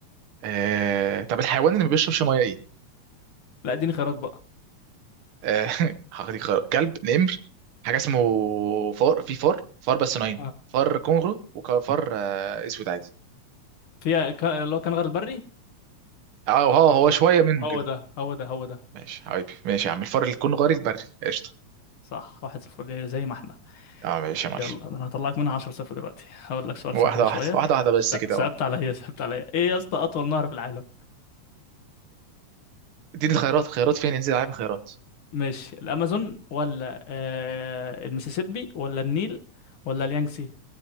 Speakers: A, on the right; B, on the left.
A: آه... طب الحيوان اللي ما بيشربش ميه ايه؟
B: لا اديني خيارات بقى
A: آه... <laughs> حقيقي كلب نمر حاجه اسمه فار في فار فار بس نوعين
B: آه.
A: فار كونغرو وفار آه... اسود عادي
B: في ك- اللي هو كان غير البري
A: اه هو هو شويه منه
B: هو
A: كده
B: ده هو ده هو ده
A: ماشي حبيبي ماشي يا عم الفار الكونغري البري قشطه
B: صح واحد صفر ليه زي ما احنا
A: اه ماشي يا معلم
B: يلا انا هطلعك منها 10 صفر دلوقتي هقول لك سؤال
A: واحده
B: سهل
A: واحده
B: شويه
A: واحده واحده بس
B: س-
A: كده
B: صعبت
A: اه
B: عليا صعبت عليا ايه يا اسطى اطول نهر في العالم
A: اديني الخيارات الخيارات فين انزل العب الخيارات
B: مش الامازون ولا آه المسيسيبي ولا النيل ولا اليانجسي